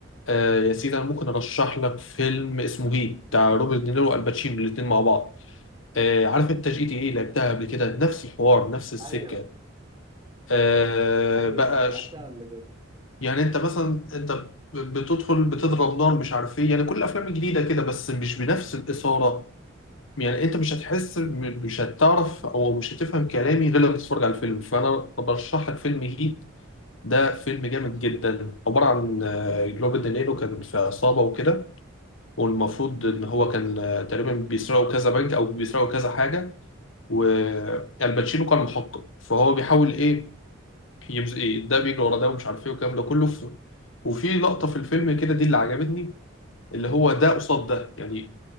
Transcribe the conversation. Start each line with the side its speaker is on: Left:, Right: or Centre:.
Left: آه يا سيدي انا ممكن ارشح لك فيلم اسمه هي بتاع روبرت دينيرو والباتشينو الاثنين مع بعض آه، عارف انت جي تي ايه لعبتها قبل كده نفس الحوار نفس السكه
Right: ايوه
Left: آه،
Right: ايوه
Left: بقى
Right: أيوة، لعبتها
Left: ش-
Right: قبل كده
Left: يعني انت مثلا انت ب- بتدخل بتضرب نار مش عارف ايه يعني كل الافلام الجديده كده بس مش بنفس الاثاره يعني انت مش هتحس م- مش هتعرف او مش هتفهم كلامي غير لما تتفرج على الفيلم فانا برشح لك فيلم هيت ده فيلم جامد جدا عباره عن آه، روبرت دينيرو كان في عصابه وكده والمفروض ان هو كان آه، تقريبا بيسرقوا كذا بنك او بيسرقوا كذا حاجه والباتشينو كان محقق فهو بيحاول ايه يمز... ايه ده بيجري ورا ده ومش عارف ايه والكلام ده كله ف... وفي لقطة في الفيلم كده دي اللي عجبتني اللي هو ده قصاد ده يعني